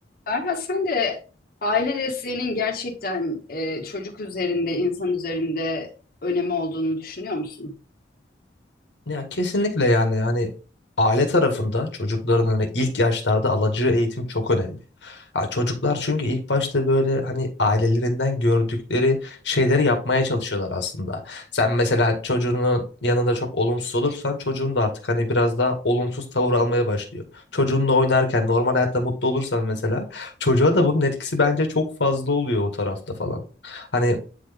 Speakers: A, on the left; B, on the left.
A: Ferhat sen de aile desteğinin gerçekten e, çocuk üzerinde, insan üzerinde önemi olduğunu düşünüyor musun?
B: Ya kesinlikle yani hani aile tarafında çocukların hani ilk yaşlarda alacağı eğitim çok önemli. Ha, çocuklar çünkü ilk başta böyle hani ailelerinden gördükleri şeyleri yapmaya çalışıyorlar aslında. Sen mesela çocuğunun yanında çok olumsuz olursan çocuğun da artık hani biraz daha olumsuz tavır almaya başlıyor. Çocuğunla oynarken normal hayatta mutlu olursan mesela çocuğa da bunun etkisi bence çok fazla oluyor o tarafta falan. Hani